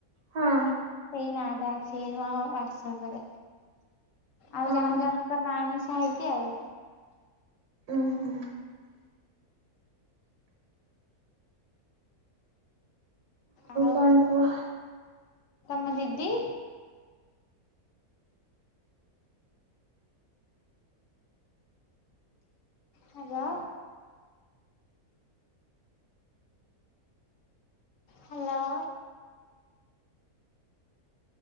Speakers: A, on the right; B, on the left.
A: ହୁଁ।
B: ସେଇ ନାଁଟା ଅଛି ମୋ ହ୍ଵାଟସ୍ଅପ୍ ରେ ଆଉ
A: ଓହୋ
B: ଜଣ ଜ କ ନାଁ ମିଶା ହେଇଚି ଆଉ।
A: ଉ ହୁଁ।
B: ଆଉ
A: କଣ କୁହ?
B: ତମ ଦିଦି। ହ୍ୟାଲୋ। ହ୍ୟାଲୋ।